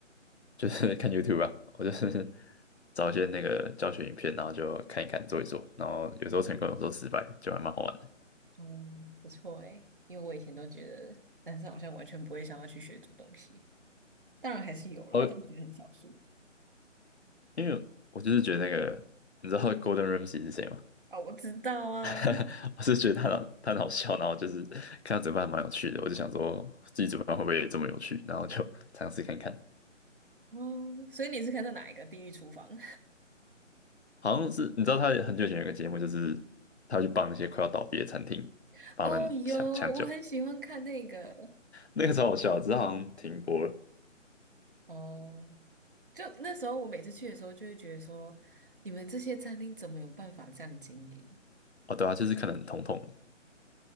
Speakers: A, on the left (about 55°); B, on the right (about 45°).
A: 就是 <laughs> 看 YouTube 吧，我就是 <laughs> 找一些那个教学影片，然后就看一看做一做，然后有时候成功，有时候失败，就还蛮好玩的。
B: 哦，不错诶，因为我以前都觉得男生好像完全不会想要去学煮东西，当然还是有啦，
A: 哦，
B: 但我觉得很少数。
A: 因为我就是觉得那个，你知道 Golden Ramsy 是谁吗？
B: 啊、我知道啊，
A: <laughs> 我是觉得他很他很好笑，然后就是看他煮饭还蛮有趣的，我就想说自己煮饭会不会这么有趣，然后就 <laughs> 尝试看看。
B: 哦，所以你是看的哪一个《地狱厨房》？
A: 好像是你知道他很久以前有个节目，就是他会去帮那些快要倒闭的餐厅帮他们抢抢救，
B: <laughs> 哦，有，我很喜欢看那个。
A: 那个时候好笑啊，只是好像停播了。
B: 哦，就那时候我每次去的时候，就会觉得说，你们这些餐厅怎么有办法这样经营？
A: 哦，对啊，就是可能统统，